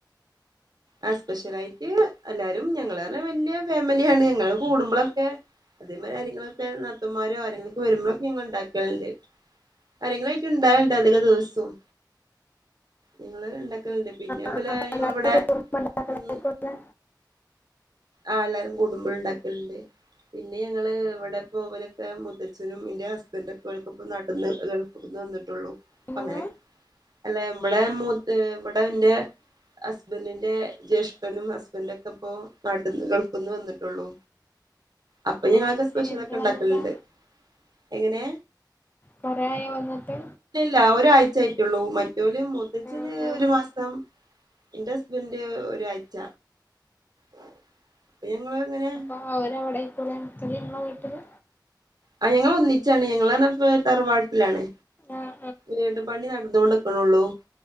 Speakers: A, on the right; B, on the left.
A: ആ സ്പെഷ്യലായിട്ട് എല്ലാരും ഞങ്ങള് ർഞ്ഞ വല്യ ഫാമിലിയാണ് ഞങ്ങ കൂടുമ്പോഴൊക്കെ അതേമാ ആങ്ങളൊക്കെ നർത്തന്മാരോ ആരെങ്ങളൊക്കെ വരുമ്പോഴൊക്കെ ഞങ്ങ ഉണ്ടാക്കലുണ്ട് ആരെങ്കിലൊക്കയിട്ട് ഇണ്ടുണ്ട് അധിക ദിവസവും ഞങ്ങള് ഇണ്ടാക്കലുണ്ട് പിന്നെപലെ
B: ആഹ് പലഹാരം
A: ഞങ്ങള ഇവിടെ
B: കൂടുമ്പോ ഇണ്ടാക്കലായിരിക്കുംല്ലേ
A: മ ആ എല്ലാരും കടുമ്പോൾ ഉണ്ടാക്കലുണ്ട് പിന്നെ ഞങ്ങള് ഇവിടെ പോ പോലെയൊക്കെ മുത്തച്ഛനും എന്റെ ഹസ്ബൻഡ ഒക്കെ പോലക്ക ഇ നട്ടന്ന് ഗൾഫിൽന്ന് വന്നിട്ടുള്ളു
B: എങ്ങനെ
A: അങ്ങനെ അല്ല ഇമ്മടെ മത്ത് ഇവിടെ എന്റെ ഹസ്ബൻഡിന്റെ ജ്യേഷ്ഠനും ഹസ്ബൻഡ ഒക്കെ ഇപ്പ നാട്ടന്ന് ഗൾഫിൽ നിന്ന് വന്നിട്ടുള്ളൂ അപ്പൊ
B: ഓഹ്
A: ഞങ്ങളക്കെ കൊശൊക്കെ
B: എന്ന്
A: ഉണ്ടാക്കല്ണ്ട്
B: വന്നതാ
A: എങ്ങനെ
B: കൊറായേ വന്നിട്ട്
A: ല്ല ഒരാഴ്ച ആായിട്ടുള്ളൂ മറ്റലും മുത്തച്ഛന്
B: ആഹ് ആഹ്
A: ഒരു മാസം എറെ ഹസ്ബന്ഡ ഒരാഴ്ച്ച അപ്പ ഞങ്ങള് എങ്ങനെ
B: ആ അവരടത്തൂലെ <unintelligible> വീട്ടില്
A: ആ ഞങ്ങള് ഒന്നിച്ചാണ് ഞങ്ങളാണിപ്പം തറവാട്ടിലാണ്
B: ആഹ്
A: വീട് പണി നടന്നൊണ്ടിക്കണുള്ളു